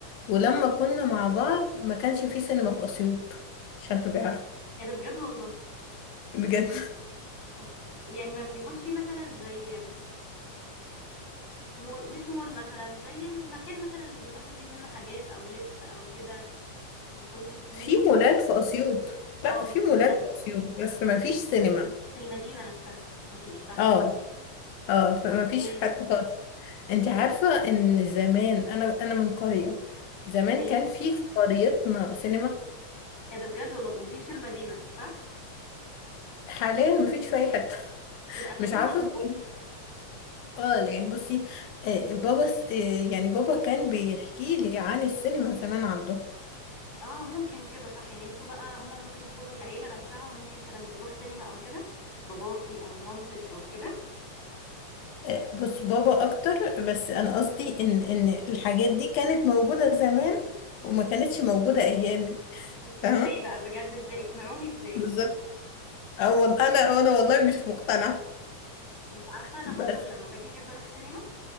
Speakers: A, on the left; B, on the left.
A: ولما كنا مع بعض ما كانش في سينما في اسيوط عشان تبقى عارفه
B: ايه ده بجد والله
A: بجد
B: أوكي. يعني ما بيكونش فيه مثلا زي مول مش مول مثلا زي مكان مثلا اللي بنروح نجيب منه حاجات أو لبس أو كده ما يكونش فيه
A: في مولات
B: سينما
A: في أسيوط
B: اه
A: لا في مولات
B: بالظبط
A: في أسيوط بس ما فيش سينما
B: في المدينة نفسها مفيش صح
A: اه
B: كده
A: اه فما
B: اوكي
A: فيش حتى خالص انت عارفة ان زمان انا انا من قرية زمان
B: ماشي
A: كان في في قريتنا سينما
B: ايه ده بجد والله وفي في المدينة صح؟
A: حاليا ما فيش في اي حتة
B: ايه
A: <laughs>
B: ده قفلوها
A: مش عارفة
B: عندكم؟
A: زمان اه يعني بصي آه، بابا س- آه، يعني بابا كان بيحكي لي عن السينما زمان عنده
B: اه ممكن كده صح يعني انتوا بقى هما ممكن يكونوا العيلة نفسها ممكن كانت بتروح سينما او كده باباكي او مامتك او كده
A: آه، بص بابا اكتر بس انا قصدي ان ان الحاجات دي كانت موجودة زمان وما كانتش موجودة ايامي
B: ما كانتش- ازاي
A: فاهمة
B: بقى بجد ازاي اقنعوني ازاي
A: بالظبط اه وال- انا انا والله مش مقتنعه
B: انت عارفة انا
A: بس
B: برضو لما باجي احب اروح سينما